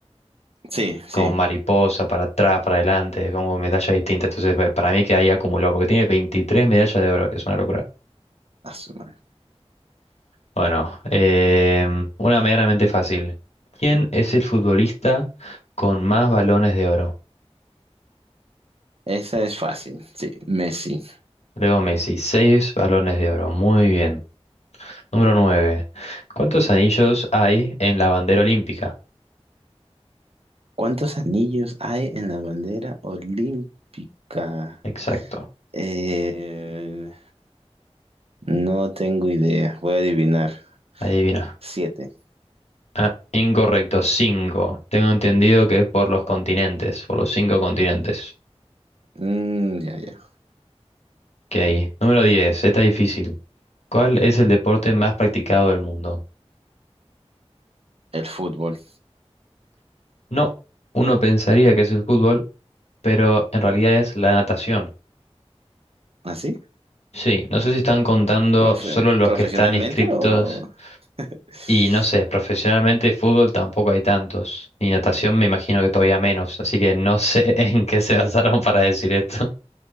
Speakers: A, on the right (about 60°); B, on the left (about 75°).
A: Sí, sí.
B: Como mariposa, para atrás, para adelante, como medallas distintas. Entonces, me- para mí que ahí acumuló. Porque tiene 23 medallas de oro. Es una locura.
A: a su madre.
B: Bueno, em, una medianamente fácil. ¿Quién es el futbolista con más balones de oro?
A: Esa es fácil, sí. Messi.
B: Leo Messi, seis balones de oro. Muy bien. Número 9. ¿Cuántos anillos hay en la bandera olímpica?
A: ¿Cuántos anillos hay en la bandera olímpica?
B: Exacto.
A: Eh, no tengo idea. Voy a adivinar.
B: Adivina.
A: Siete.
B: Ah, incorrecto. 5. Tengo entendido que es por los continentes, por los cinco continentes
A: Mm, ya, ya.
B: que hay. Número 10. Está difícil. ¿Cuál es el deporte más practicado del mundo?
A: El fútbol.
B: No. Uno pensaría que es el fútbol, pero en realidad es la natación.
A: ¿Así?
B: Sí, no sé si están contando
A: ¿Profe-
B: solo los
A: ¿Profesionalmente
B: que están inscriptos.
A: o...? <laughs>
B: Y no sé, profesionalmente fútbol tampoco hay tantos. Y natación me imagino que todavía menos. Así que no sé <laughs> en qué se basaron para decir esto.